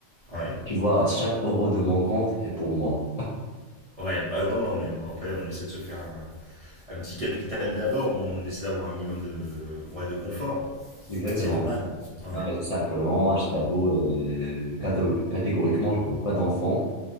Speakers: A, on the right; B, on the left.
A: Ouais.
B: Tu vois, chaque euro de mon compte est pour moi.
A: Ouais, bah non, non, mais bon, après, on essaie de se faire un, un petit capital d'abord. au moins, On essaie d'avoir un minimum de, ouais, de confort.
B: Exactement.
A: C'est normal. Ouais.
B: Ouais, c'est ça. Pour le moment, je t'avoue, euh, catég- catégoriquement, je n'ai pas d'enfant.